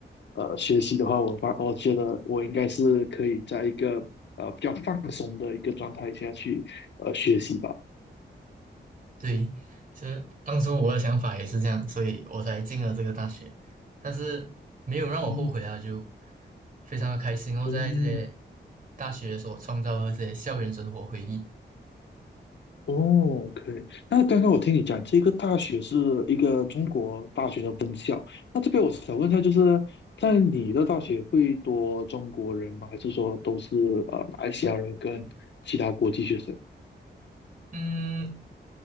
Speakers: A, on the left; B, on the right.
A: 呃学习的话，我发我觉得我应该是可以在一个呃比较放松的一个状态下去呃学习吧。
B: 对，其实当初我的想法也是这样，所以我才进了这个大学，但是没有让我后悔啊，
A: 嗯。
B: 就非常的开心哦，
A: 嗯，
B: 在这些大学所创造的这些校园生活回忆。
A: 哦，OK。那刚刚我听你讲，这个大学是一个中国大学的分校。那这边我想问一下，就是在你的大学会多中国人吗？还是说都是呃马来西亚人跟其他国际学生？
B: 嗯，